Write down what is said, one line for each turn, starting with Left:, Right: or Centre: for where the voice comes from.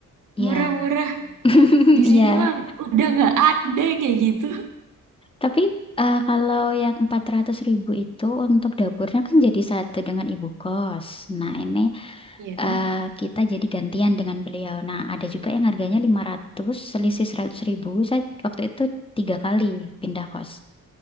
Left: Ya,
Right: Murah-murah.
Left: <laughs>
Right: Di sini
Left: ya.
Right: mah udah nggak ada yang kayak gitu.
Left: Tapi eh, kalau yang empat ratus ribu itu untuk dapurnya kan jadi satu dengan ibu kos. Nah ini
Right: Ya.
Left: eh, kita jadi gantian dengan beliau. Nah ada juga yang harganya lima ratus selisih seratus ribu. Saya waktu itu tiga kali pindah kos.